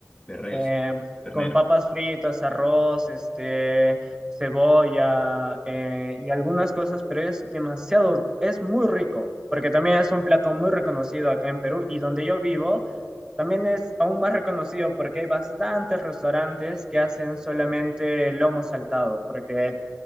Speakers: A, on the left; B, on the right.
A: De res,
B: em,
A: de ternera,
B: con papas fritas, arroz, este, cebolla eh, y algunas cosas, pero es demasiado, es muy rico, porque también es un plato muy reconocido acá en Perú y donde yo vivo también es aún más reconocido porque hay bastantes restaurantes que hacen solamente lomo saltado, porque